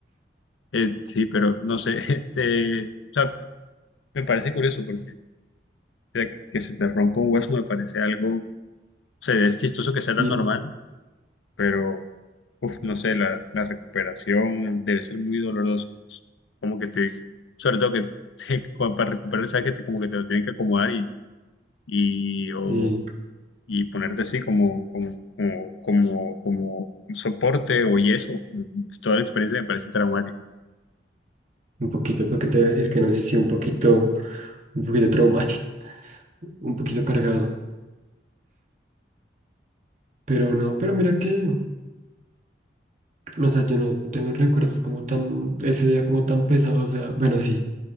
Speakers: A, on the left; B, on the right.
A: Eh, sí, pero no sé. <laughs> este, o sea, me parece curioso porque o sea, que, que se te rompa un hueso me parece algo... O sea, es chistoso que sea tan
B: Sí,
A: normal pero uf, no sé, la, la recuperación debe ser muy dolorosa. Como que te, sobre todo que te- <laughs> como para recuperar, sabes que te, como que te lo tienen que acomodar y, y, o,
B: sí,
A: y ponerte así como, como, como, como, como un soporte o yeso. Toda la experiencia me parece traumática.
B: un poquito, porque te voy a decir que no sé si un poquito, un poquito traumático, un poquito cargado. Pero no, pero mira que, o sea, yo no tengo recuerdos como tan, ese día como tan pesado, o sea, bueno, sí,